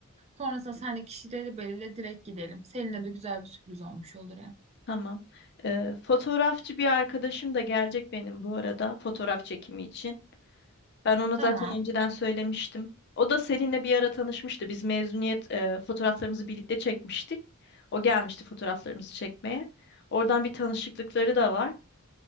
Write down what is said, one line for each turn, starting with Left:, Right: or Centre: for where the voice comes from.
Right: Sonrasında seninle kişileri belirle direkt gidelim. Seninle de güzel bir sürpriz olmuş olur hem.
Left: tamam. Ee, fotoğrafçı bir arkadaşım da gelecek benim bu arada fotoğraf çekimi için. Ben ona
Right: Tamam.
Left: zaten önceden söylemiştim. O da Selin'le bir ara tanışmıştı. Biz mezuniyet e, fotoğraflarımızı birlikte çekmiştik. O gelmişti fotoğraflarımızı çekmeye. Oradan bir tanışıklıkları da var.